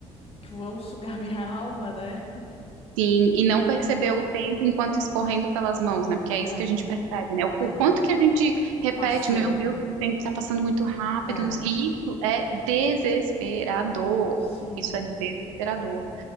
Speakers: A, on the left; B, on the right.
A: que vão sugar <laughs> minha alma, né?
B: sim, e não perceber
A: É,
B: o tempo enquanto escorrendo pelas mãos, né? Porque é isso
A: é,
B: que a gente percebe, né? O,
A: é,
B: o quanto que a gente repete,
A: passou,
B: meu Deus, o tempo está passando muito rápido,
A: é,
B: e isso é desesperador.
A: sim.
B: Isso é desesperador.